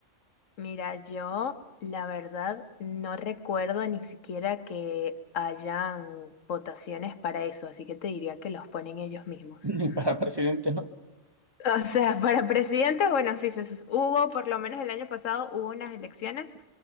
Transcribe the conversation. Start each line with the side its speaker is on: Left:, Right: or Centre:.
Left: mira, yo la verdad no recuerdo ni siquiera que hayan votaciones para eso, así que te diría que los ponen ellos mismos.
Right: Ni
Left: <laughs>
Right: para presidente, ¿no?
Left: O sea, para presidente, bueno, sí, se, sus- hubo, por lo menos el año pasado hubo unas elecciones